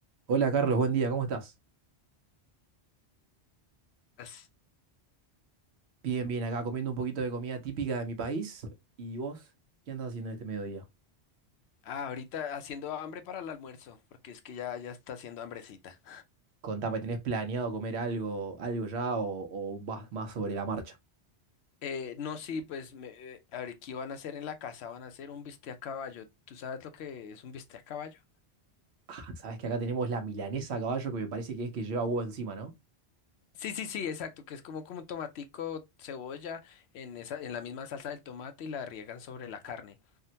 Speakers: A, on the right; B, on the left.
A: Hola Carlos, buen día, ¿cómo estás?
B: As-
A: Bien, bien, acá comiendo un poquito de comida típica de mi país. ¿Y vos qué andás haciendo en este mediodía?
B: Ah, ahorita haciendo hambre para el almuerzo, porque es que ya, ya está haciendo hambrecita.
A: Contame, ¿tenés planeado comer algo, algo ya o, o vas más sobre la marcha?
B: Eh, no, sí, pues me, eh, a ver, ¿qué van a hacer en la casa? Van a hacer un bistec a caballo. ¿Tú sabes lo que es un bistec a caballo?
A: Ah, sabés que acá tenemos la milanesa a caballo que me parece que es que lleva huevo encima, ¿no?
B: Sí, sí, sí, exacto, que es como, como tomatico, cebolla en esa, en la misma salsa del tomate y la riegan sobre la carne.